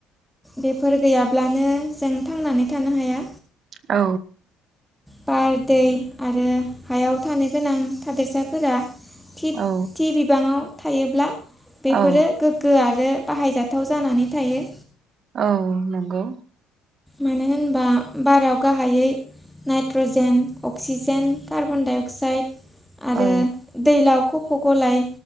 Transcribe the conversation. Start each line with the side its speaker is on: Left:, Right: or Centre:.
Centre: बेफोर गैयाब्लानो जों थांनानै थानो हाया।
Right: औ।
Centre: बार, दै आरो हायाव थानो गोनां थादेरसाफोरा थि-थि
Right: औ
Centre: बिबाङाव थायोब्ला बेफोरो
Right: औ
Centre: गोग्गो आरो बाहायजाथाव जानानै थायो।
Right: औ नंगौ।
Centre: मानो होनबा बाराव गाहायै nitrogen, oxygen, carbon dioxide आरो
Right: औ
Centre: दैलाव खफ' गलाय